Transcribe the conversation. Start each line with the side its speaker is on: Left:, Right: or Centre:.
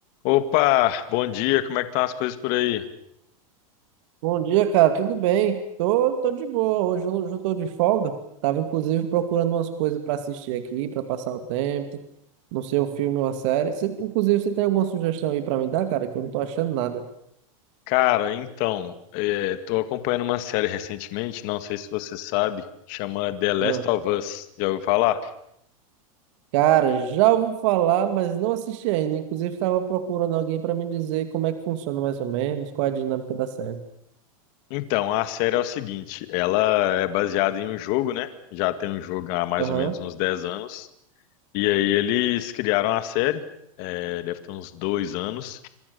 Left: Opa, bom dia, como é que estão as coisas por aí?
Right: Bom dia, cara. Tudo bem? Tô, tô de boa. Hoje eu, hoje eu tô de folga. Tava inclusive procurando umas coisas pra assistir aqui, pra passar o tempo. Não sei, um filme ou uma série. Você- inclusive, você tem alguma sugestão aí pra me dar, cara? Que eu não tô achando nada.
Left: Cara, então, estou acompanhando uma série recentemente, não sei se você sabe, chama The Last
Right: Ah,
Left: of Us, já ouviu falar?
Right: cara, já ouvi falar, mas não assisti ainda. Inclusive, tava procurando alguém pra me dizer como é que funciona mais ou menos, qual é a dinâmica da série.
Left: Então, a série é o seguinte, ela é baseada em um jogo, né? Já tem um jogo há mais
Right: Aham.
Left: ou menos uns 10 anos, e aí eles criaram a série, é, deve ter uns dois anos,